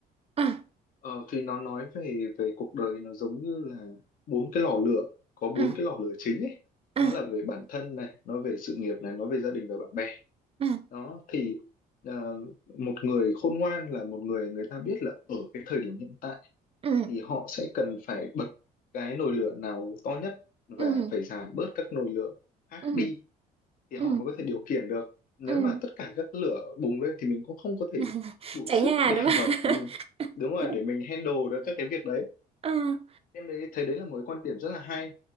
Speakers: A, on the right (about 35°); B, on the left (about 55°).
A: à,
B: Ờ, thì nó nói về về cuộc đời nó giống như là bốn cái lò lửa có bốn
A: à,
B: cái lò lửa chính ấy
A: à,
B: nó là về bản thân này nó về sự nghiệp này nó về gia đình và bạn bè
A: à,
B: đó thì ờ, một người khôn ngoan là một người người ta biết là ở cái thời điểm hiện tại
A: ừ,
B: thì họ sẽ cần phải bật cái nồi lửa nào to nhất và
A: ừ,
B: phải giảm bớt các nồi lửa khác
A: ừ,
B: đi thì
A: ừ,
B: họ mới có thể điều khiển được nếu
A: ừ.
B: mà tất cả các lửa bùng lên thì mình cũng không có thể
A: <laughs>
B: đủ
A: cháy
B: sức
A: nhà
B: để
A: đúng không?
B: mà mình đúng rồi
A: <laughs>
B: để mình handle được các cái việc đấy
A: ừ,
B: em đấy thấy đấy là một cái quan điểm rất là hay